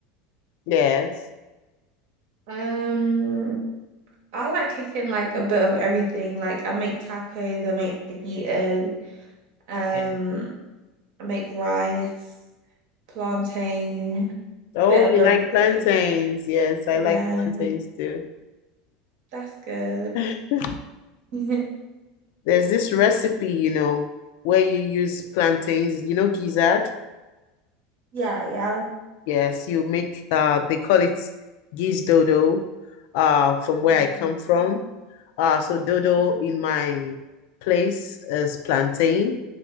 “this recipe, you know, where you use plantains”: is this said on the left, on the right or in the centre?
Left